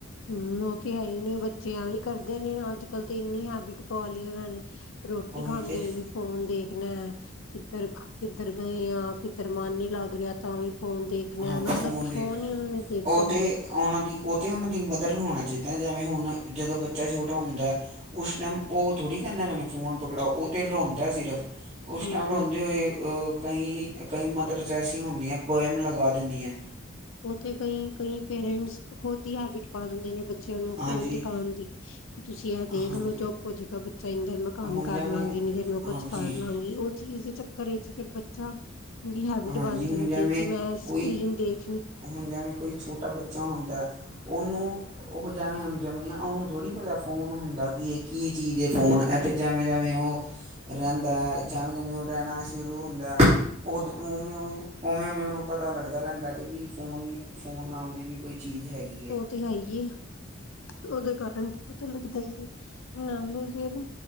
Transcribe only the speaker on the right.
ਉਹੀ
ਤੇ
ਹਾਂਜੀ
ਦੇ
ਉਹ
ਤੇ ਉਹਨਾਂ ਦੀ ਉਹ ਤੇ ਉਹਨਾਂ ਦੀ ਮਦਰ ਨੂੰ ਹੋਣਾ ਚਾਹੀਦਾ, ਜਿਵੇਂ ਹੁਣ ਜਦੋਂ ਬੱਚਾ ਛੋਟਾ ਹੁੰਦਾ। ਉਸ ਟਾਈਮ ਉਹ ਥੋੜ੍ਹੀ ਕਹਿੰਦਾ ਮੈਨੂੰ ਫੋਨ ਪਕੜਾਓ, ਉਹ ਤੇ ਰੋਂਦਾ ਸਿਰਫ। ਉਸ
ਟਾਈਮ ਰੋਂਦੇ ਹੋਏ ਕਈ, ਕਈ ਮਦਰਸ ਐਸੀਆਂ ਹੁੰਦੀਆਂ ਪਇਮ ਲਗਾ ਦਿੰਦੀਆਂ।
ਹਾਂਜੀ
ਹਾਂਜੀ
ਹੁਣ ਜਿਵੇਂ
ਹਾਂਜੀ
ਹਾਂਜੀ
ਹੁਣ
ਜਿਵੇਂ
ਕੋਈ
ਹੁਣ ਜਿਵੇਂ ਕੋਈ ਛੋਟਾ ਬੱਚਾ ਹੁੰਦਾ, ਉਹਨੂੰ ਉਹ ਜਿਵੇਂ ਉਹਨੂੰ ਜੰਮੇ ਆ ਉਹਨੂੰ ਥੋੜ੍ਹੀ ਪਤਾ ਫੋਨ ਹੁੰਦਾ ਕੀ ਇਹ ਕੀ ਚੀਜ਼ ਫੋਨ ਅਤੇ ਜਿਵੇਂ -ਜਿਵੇਂ ਉਹ ਰਹਿੰਦਾ ਜਿਵੇਂ ਜਿਵੇਂ ਉਹ ਰਹਿਣਾ ਸ਼ੁਰੂ ਹੁੰਦਾ ਉਦ ਉਵੇਂ -ਉਵੇਂ, ਉਵੇਂ- ਉਵੇਂ ਉਹਨੂੰ ਪਤਾ ਲੱਗਦਾ ਰਹਿੰਦਾ ਕਿ ਵੀ ਫੋਨ -ਫੋਨ ਨਾਮ ਦੀ ਵੀ ਕੋਈ ਚੀਜ਼ ਹੈਗੀ
ਐ।